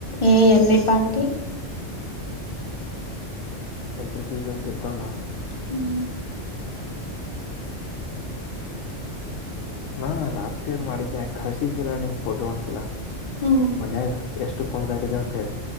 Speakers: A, on the left; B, on the left.
A: ಏ ಎಲ್ಲಿ ಪಾರ್ಟಿ
B: ಎಂಟ್ರಿ ಫೀಸ್ ಅಂತ ಇರ್ತಾವಲ್ಲಾ
A: ಹ್ಮ್
B: ಹಾ ಲಾಸ್ಟ್ ಇಯರ್ ಮಾಡಿದ್ದೆ ಯಕ ಹಸಿದ್ದಿಲ್ಲ ನಿಂಗ ಫೋಟೋ ಒಂದ್ಸಲ
A: ಹ್ಮ್
B: ಮನ್ಯಾಗ ಎಷ್ಟು ಕುಣದಾಡಿದ್ರ ಅಂತ ಹೇಳಿ